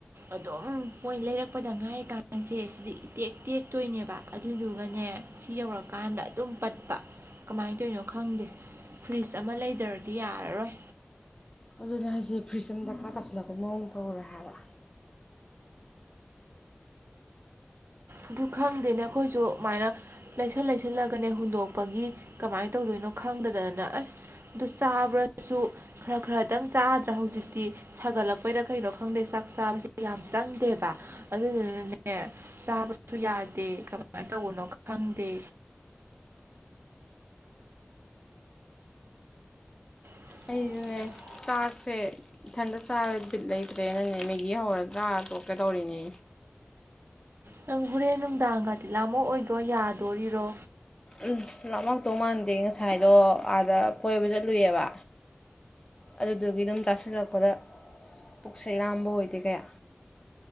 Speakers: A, on the right (about 65°); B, on the left (about 20°).
A: ꯑꯗꯨꯝ ꯃꯣꯏ ꯂꯩꯔꯛꯄꯗ ꯉꯥꯏꯔꯤ ꯀꯥꯟꯁꯦ ꯁꯤꯗꯤ ꯏꯇꯦꯛ ꯇꯦꯛꯇꯣꯏꯅꯦꯕ ꯑꯗꯨꯗꯨꯒꯅꯦ ꯁꯤ ꯌꯧꯔꯀꯥꯟꯗ ꯑꯗꯨꯝ ꯄꯠꯄ ꯀꯃꯥꯏꯅ ꯇꯧꯅꯣ ꯈꯪꯗꯦ ꯐ꯭ꯔꯤꯖ ꯑꯃ ꯂꯩꯗ꯭ꯔꯗꯤ ꯌꯥꯔꯔꯣꯏ
B: ꯑꯗꯨꯅ ꯍꯥꯏꯁꯦ ꯐ꯭ꯔꯤꯖ ꯑꯃ ꯗꯀꯥ ꯇꯥꯁꯤꯜꯂꯛꯄꯒꯤ ꯃꯑꯣꯡ ꯇꯧꯔꯦ ꯍꯥꯏꯕ
A: ꯑꯗꯨ ꯈꯪꯗꯦꯅꯦ ꯑꯩꯈꯣꯏꯁꯨ ꯑꯗꯨꯃꯥꯏꯅ ꯂꯩꯁꯜ ꯂꯩꯁꯜꯂꯒꯅꯦ ꯍꯨꯟꯗꯣꯛꯄꯒꯤ ꯀꯃꯥꯏꯅ ꯇꯧꯗꯣꯏꯅꯣ ꯈꯪꯗꯗꯗꯅ ꯑꯁ ꯑꯗꯨ ꯆꯥꯕ꯭ꯔꯁꯨ ꯈꯔ ꯈꯔꯗꯪ ꯆꯥꯗ꯭ꯔꯥ ꯍꯧꯖꯤꯛꯇꯤ ꯁꯥꯒꯠꯂꯛꯄꯩꯔ ꯀꯩꯩꯅꯣ ꯈꯪꯗꯦ ꯆꯥꯛ ꯆꯥꯕꯁꯦ ꯌꯥꯝ ꯆꯪꯗꯦꯕ ꯑꯗꯨꯗꯨꯅꯅꯦ ꯨ ꯌꯥꯗꯦ ꯀꯃꯥꯏꯅ ꯇꯧꯕꯅꯣ ꯈꯪꯗꯦ <inaudible>
B: ꯑꯩꯁꯨꯅꯦ ꯆꯥꯛꯁꯦ ꯏꯊꯟꯇ ꯆꯥꯕ ꯕꯤꯠ ꯂꯩꯇ꯭ꯔꯦꯅꯅꯦ ꯃꯦꯒꯤ ꯍꯧꯔꯒ ꯆꯔꯒ ꯇꯣꯛꯀꯦ ꯇꯧꯔꯤꯅꯦ
A: ꯅꯪ ꯍꯣꯔꯦꯟ ꯅꯨꯡꯗꯥꯡꯒꯗꯤ ꯂꯥꯝꯃꯛ ꯑꯣꯏꯗ꯭ꯔꯣ ꯌꯥꯗꯣꯔꯤꯔꯣ
B: ꯎꯝ ꯂꯥꯝꯃꯛꯇꯧ ꯃꯥꯟꯗꯦ ꯉꯁꯥꯏ <unintelligible> ꯑꯥꯗ ꯀꯣꯏꯕ ꯆꯠꯂꯨꯏꯌꯦꯕ ꯑꯗꯨꯗꯨꯒꯤ ꯑꯗꯨꯝ ꯆꯥꯁꯤꯜꯂꯛꯄꯗ ꯄꯨꯛꯁꯦ ꯂꯥꯝꯕ ꯑꯣꯏꯗꯦ ꯀꯌꯥ